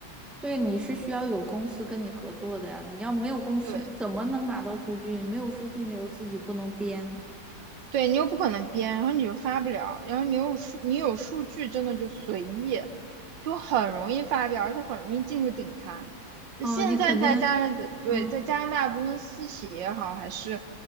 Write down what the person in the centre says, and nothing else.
对，你是需要有公司跟你合作的呀。你要没有公司，
你怎么能拿到数据？没有数据，你又自己不能编。
哦，你肯定，
嗯